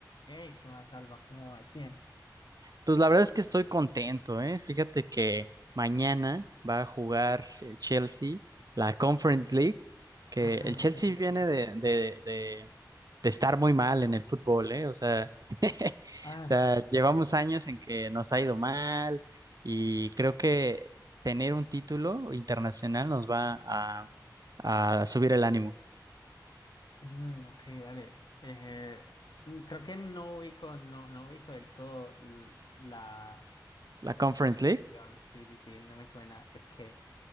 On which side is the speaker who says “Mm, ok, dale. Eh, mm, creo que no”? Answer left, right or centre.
Left